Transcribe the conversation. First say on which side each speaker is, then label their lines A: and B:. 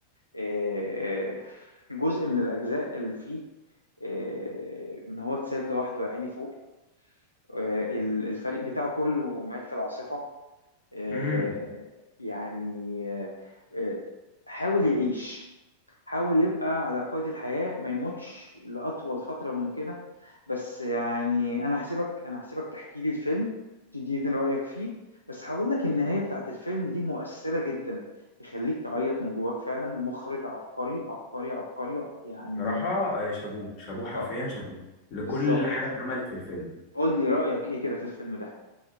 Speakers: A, on the left; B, on the left.
A: آه، جزء من الاجزاء اللي فيه آه، ان هو اتساب لوحده يا عيني فوق آه، ال- الفريق بتاعه كله مات في العاصفة آه،
B: امم
A: يعني آه، آه، حاول يعيش حاول يبقى على قيد الحياة ما يموتش لأطول فترة ممكنة بس يعني أنا هسيبك أنا هسيبك تحكي لي الفيلم تديني رأيك فيه بس هقول لك النهاية بتاعت الفيلم دي مؤثرة جدا تخليك تعيط من جواك فعلا مخرج عبقري عبقري عبقري يعني
B: صراحه آه، شابوه شابوه حرفيا
A: اه
B: شابوه لكل
A: بالظبط
B: حاجه اتعملت في الفيلم
A: قول لي رأيك ايه كده في الفيلم ده